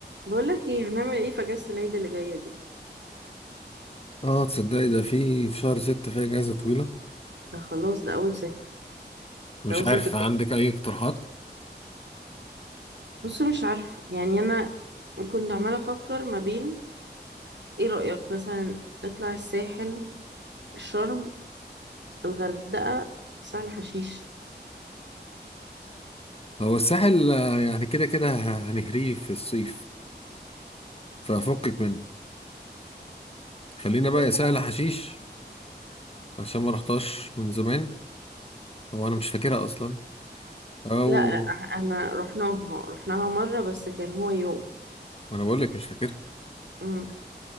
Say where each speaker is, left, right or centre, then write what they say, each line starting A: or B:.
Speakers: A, on the right; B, on the left.
A: بقولك ايه هنعمل ايه في اجازة العيد اللي جاية دي
B: اه تصدقي ده في في شهر ستة فيها اجازة طويلة
A: ده خلاص ده اول ست
B: مش
A: ده اول
B: عارف
A: ست
B: عندك اي اقتراحات
A: بص مش عارفة يعني انا كنت عمالة افكر ما بين ايه رأيك مثلا نطلع الساحل الشرم الغردقة سهل حشيش
B: هو الساحل آه، يعني كده كده ه- هنهريه في الصيف ففكك منه خلينا بقى
A: بص
B: يا سهل حشيش عشان ما رحتهاش من زمان هو انا مش فاكرها اصلا او
A: لا لا انا رحناها رحناها مرة بس كان هو يوم
B: ما انا بقول لك مش فاكرها
A: امم